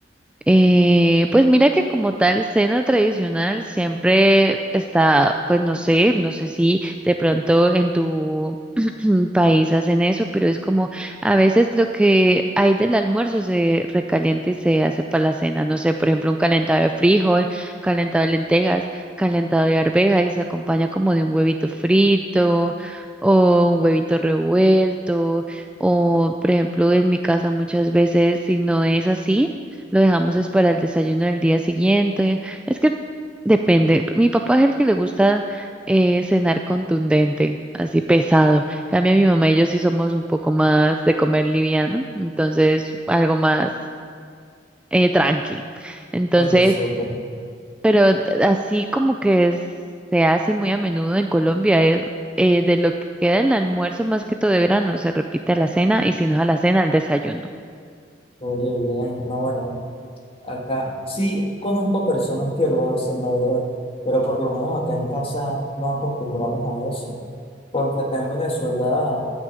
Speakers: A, in the centre; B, on the left.
A: Eh, pues mira que como tal cena tradicional siempre está, pues no sé, no sé si de pronto en tu <clears throat> país hacen eso, pero es como a veces lo que hay del almuerzo se recalienta y se hace para la cena. No sé, por ejemplo, un calentado de frijol, calentado de lentejas, calentado de arveja y se acompaña como de un huevito frito o un huevito revuelto o, por ejemplo, en mi casa muchas veces si no es así. Lo dejamos es para el desayuno del día siguiente. Es que depende. Mi papá es el que le gusta eh, cenar contundente, así pesado. En Cambio mi mamá y yo sí somos un poco más de comer liviano, entonces algo más eh, tranqui. Entonces,
B: Oye, súper.
A: pero d- así como que es- se hace muy a menudo en Colombia es eh, de lo que queda el almuerzo más que todo de grano se repite a la cena y si no es a la cena al desayuno.
B: Oye, bien, no, bueno, acá sí conozco personas que lo hacen, la verdad, pero por lo menos acá en casa nos acostumbramos a eso, porque acá en Venezuela,